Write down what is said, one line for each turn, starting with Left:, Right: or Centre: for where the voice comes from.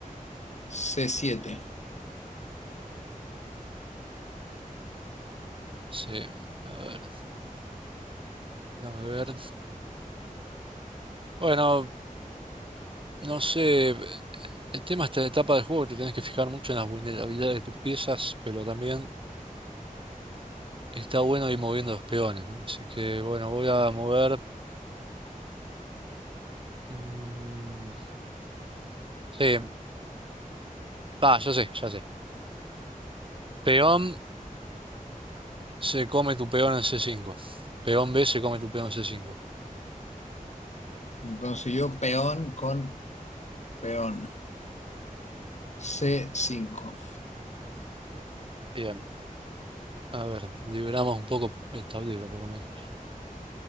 Left: C7.
Right: Sí, a ver, déjame ver. Bueno, no sé, el tema de esta etapa del juego, te tenés que fijar mucho en las vulnerabilidades de tus piezas, pero también está bueno ir moviendo los peones, ¿no? Así que bueno, voy a mover... mm, sí, ah, ya sé, ya sé. Peón se come tu peón en C5. Peón B se come tu peón en C5.
Left: Entonces yo peón con peón. C5.
Right: Bien, a ver, liberamos un poco el tablero por lo menos.